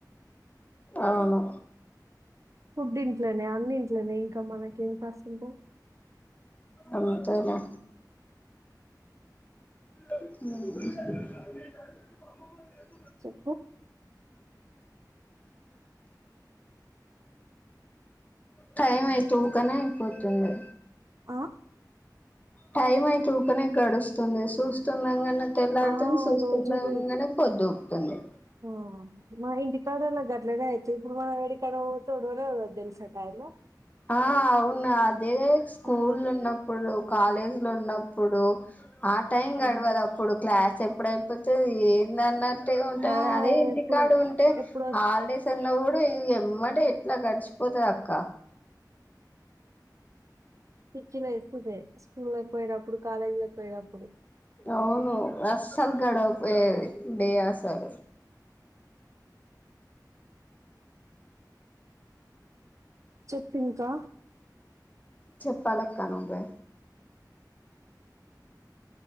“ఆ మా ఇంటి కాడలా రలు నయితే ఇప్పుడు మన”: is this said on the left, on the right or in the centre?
Right